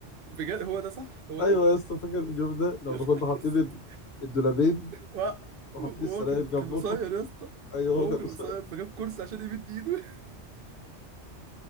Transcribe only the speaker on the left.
ايوه
يا اسطى فاكر اليوم ده
لما
كنا حاطين
ال- الدولابين
وحاطين
السراير
جنبهم
<laughs>
ايوه هو
كان
قصير